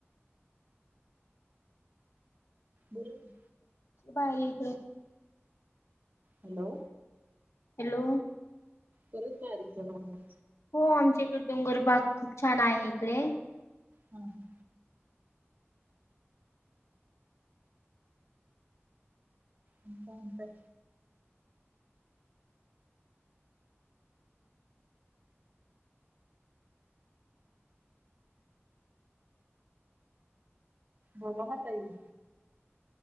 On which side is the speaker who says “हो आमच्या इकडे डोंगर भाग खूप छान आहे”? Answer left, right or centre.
Left